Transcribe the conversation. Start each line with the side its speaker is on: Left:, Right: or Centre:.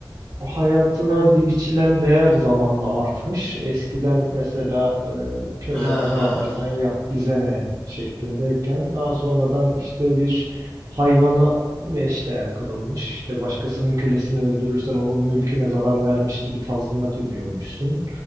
Right: o hayatına di- biçilen değer zamanla artmış. Eskiden mesela eee, kölene
Left: Ha
Right: ne
Left: ha
Right: yaparsan
Left: ha ha.
Right: yap bize ne şeklindeyken daha sonradan işte bir hayvana eşdeğer kılınmış. İşte başkasının kölesini öldürürsen onun mülküne zarar vermiş gibi tazminat ödüyormuşsun.